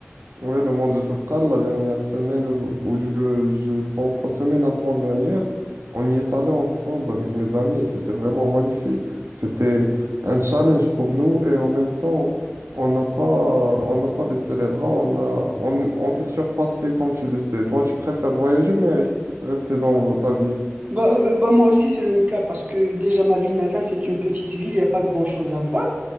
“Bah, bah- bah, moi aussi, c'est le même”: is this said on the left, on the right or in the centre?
Right